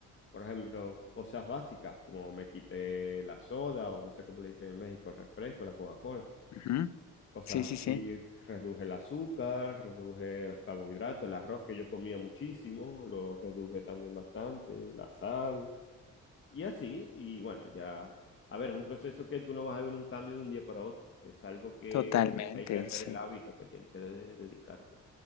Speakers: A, on the left; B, on the left.
A: Por ejemplo, cosas básicas, como me quité la soda, o no sé cómo le dicen en México, el refresco, la Coca-Cola.
B: Ujú.
A: Cosas
B: Sí, sí,
A: así,
B: sí,
A: reduje el azúcar, reduje los carbohidratos, el arroz que yo comía muchísimo, lo reduje también bastante, la sal. Y así, y bueno, ya, a ver, es un proceso que tú no vas a ver un cambio de un día para otro, es algo que,
B: totalmente,
A: que hay que hacer
B: sí,
A: el hábito, que tienes que de- dedicarte.